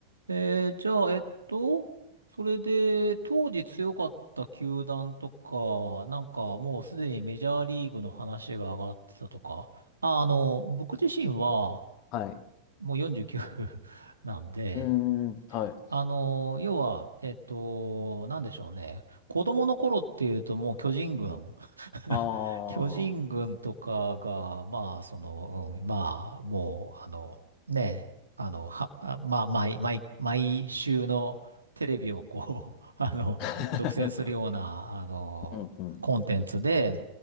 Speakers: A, on the right (about 75°); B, on the left (about 40°).
A: えー、じゃあ、えっと、それで、当時強かった球団とか、なんかもうすでにメジャーリーグの話が上がってたとか、あ、あの、僕自身は
B: はい。
A: もう49 <laughs> なんで、
B: うん。はい。
A: あの、要は、えっと、なんでしょうね。子供の頃っていうともう巨人軍 <laughs>
B: あ
A: 巨人軍とかが、
B: あ。
A: まあ、その、うん、まあ、もう、あの、ね、あの、は、あまあ、毎、毎、毎週のテレビをこう、<laughs> あの、
B: <laughs>
A: 独占するような、あの、
B: うんうん。
A: コンテンツで、